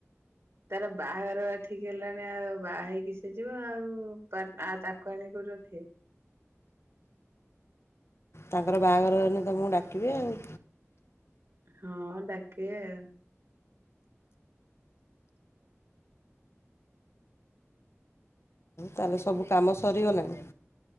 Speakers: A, on the right; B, on the left.
A: ତାର ବାହାଘର ଠିକ୍ ହେଲାଣି ଆଉ ବାହା ହେଇକି ସେ ଯିବ ଆଉ ଆ ତାକୁ ଆଣିକି କୋଉଠି ରଖିବେ?
B: ତାଙ୍କର ବାହାଘର ହେଲେ ତମକୁ ଡାକିବେ ଆଉ।
A: ହଁ ଡାକିବେ ଆଉ।
B: ତାହେଲେ ସବୁ କାମ ସରିଗଲାଣି।